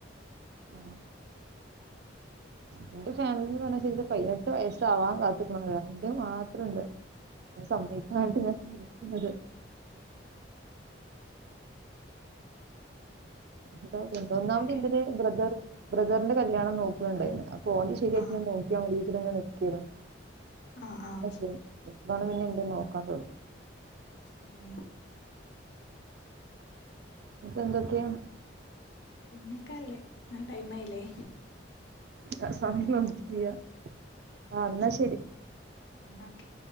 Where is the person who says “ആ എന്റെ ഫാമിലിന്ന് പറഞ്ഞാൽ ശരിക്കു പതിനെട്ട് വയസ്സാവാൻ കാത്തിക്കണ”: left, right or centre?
Right